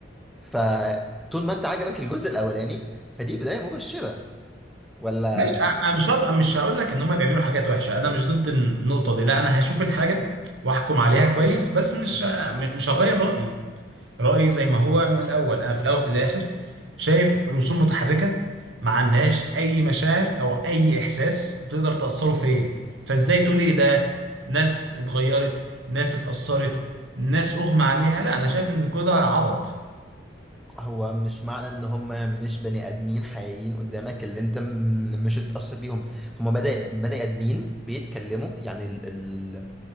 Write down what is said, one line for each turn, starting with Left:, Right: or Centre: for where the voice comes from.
Centre: فطول ما انت عجبك الجزء الاولاني فدي بدايه مبشره ولا
Right: ماشي انا مش هض... مش هقول لك ان هم بيعملوا حاجات وحشه انا مش ضد النقطه دي لا انا هشوف الحاجه واحكم عليها كويس بس مش
Centre: مم.
Right: ه- م- مش هغير رايي رايي زي ما هو من الاول انا في الاول وفي الاخر شايف رسوم متحركه ما عندهاش اي مشاعر او اي احساس تقدر تاثره فيا فازاي تقول لي ده ناس اتغيرت ناس اتاثرت ناس اغمى عليها لا انا شايف ان كل ده عبط
Centre: هو مش معنى ان هم مش بني ادمين حقيقيين قدامك اللي انت م- مش هتتاثر بيهم هم بني بني ادمين بيتكلموا يعني ال ال